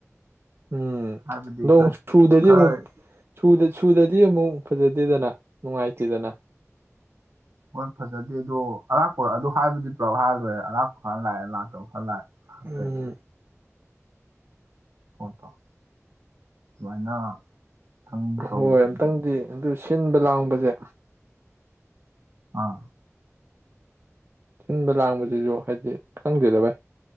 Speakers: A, on the right; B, on the right.
A: ꯎꯝ
B: ꯍꯥꯏꯕꯗꯤ
A: ꯑꯗꯣ
B: ꯈꯔ
A: ꯑꯃꯨꯛ ꯁꯨꯗꯗꯤ
B: ꯈꯔ
A: ꯑꯃꯨꯛ ꯁꯨꯗ ꯁꯨꯗꯗꯤ ꯑꯃꯨꯛ ꯐꯖꯗꯦꯗꯅ ꯅꯨꯡꯉꯥꯏꯇꯦꯗꯅ
B: ꯍꯣꯏ ꯐꯖꯗꯦ ꯑꯗꯣ ꯑꯔꯥꯛꯄ ꯑꯗꯨ ꯍꯥꯏꯗꯨꯗꯤ ꯄꯨꯂꯞ ꯍꯥꯏꯔ ꯂꯣꯏꯔꯦ ꯑꯔꯥꯛꯄ ꯈꯔ ꯂꯥꯛꯑꯦ ꯂꯥꯛꯇꯕ ꯈꯔ ꯂꯥꯛꯑꯦ ꯍꯥ
A: ꯎꯝ
B: ꯐꯦꯗ <unintelligible> ꯄꯣꯠꯇꯣ ꯑꯗꯨꯃꯥꯏꯅ ꯊꯪ
A: ꯍꯣꯏ
B: ꯇꯧꯁꯤꯅꯤ
A: ꯑꯃꯇꯪꯗꯤ ꯑꯗꯨ ꯁꯤꯟꯕ ꯂꯥꯡꯕꯁꯦ
B: ꯑꯥ
A: ꯊꯤꯟꯕ ꯂꯥꯡꯕꯁꯤꯁꯨ ꯍꯥꯏꯗꯤ ꯈꯪꯗꯦꯗ ꯚꯥꯏ